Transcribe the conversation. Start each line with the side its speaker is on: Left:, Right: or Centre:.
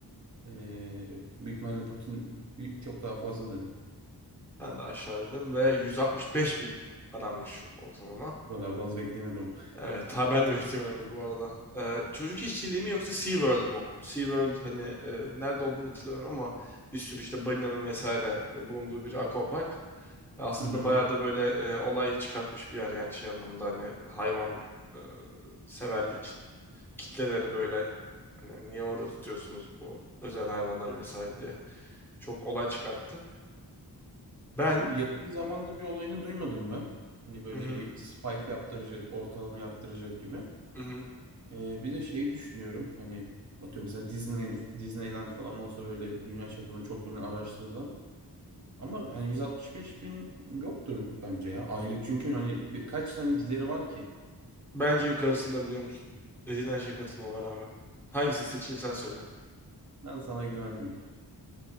Right: e, büyük ihtimalle Putin bir- çok daha fazladır. yani.
Centre: Ben de aşağı dedim ve 165 bin aranmış ortalama.
Right: Bu kadar da az beklemiyordum ama.
Centre: Evet, ha ben de beklemiyordum bu arada. Ee, çocuk işçiliği mi yoksa SeaWorld mu? SeaWorld hani e, nerede olduğunu hatırlamıyorum ama bir sürü işte balinanın vesaire bulunduğu bir aquapark. Aslında
Right: Hı hı.
Centre: bayağı da böyle e, olay çıkartmış bir yer yani şey anlamında hani hayvan e, severlik kitleleri böyle hani niye orada tutuyorsunuz bu özel hayvanları vesaire diye çok olay çıkarttı. Ben
Right: Abi yakın zamanda bir olayını duymadım ben. Hani böyle
Centre: hı hı,
Right: bir spike yaptıracak, ortalamayı arttıracak gibi.
Centre: hı hı.
Right: Ee, bir de şeyi düşünüyorum hani atıyorum mesela Disneyland, Disneyland falan olsa böyle dünya çapında çok bilinen araştırılan ama hani 165 bin yoktur bence ya aylık çünkü hani bir- kaç tane gideri var ki
Centre: Bence yukarısında biliyor musun? Dediğin her şeye katılmama rağmen. Hangisini seçeyim sen söyle.
Right: ben sana güvendim ya.